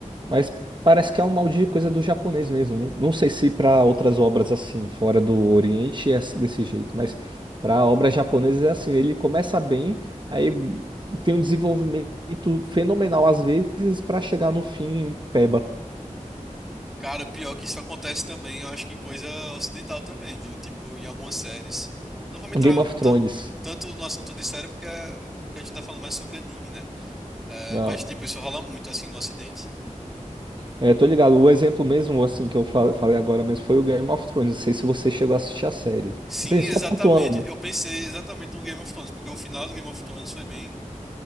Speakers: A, on the right; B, in the centre.
A: Mas parece que é um mal de coisa do japonês mesmo. Não não sei se para outras obras assim, fora do Oriente, é desse jeito, mas para obras japonesas é assim: ele começa bem, aí tem um desenvolvimento fenomenal às vezes para chegar no fim peba.
B: Cara, pior que isso acontece também, eu acho que coisa ocidental também, viu? Tipo, em algumas séries. Não vou me
A: Um
B: entrar
A: Game of Thrones.
B: tan- tanto no assunto de série, porque, é- porque a gente tá falando mais sobre anime, né? É,
A: Não.
B: mas, tipo, isso rola muito, assim, no Ocidente.
A: É, tô ligado. O exemplo mesmo, assim, que eu fa- falei agora mesmo foi o Game of Thrones. Não sei se você chegou a assistir a série.
B: Sim,
A: Assim,
B: exatamente.
A: só pontuando.
B: Eu pensei exatamente no Game of Thrones, porque o final do Game of Thrones foi bem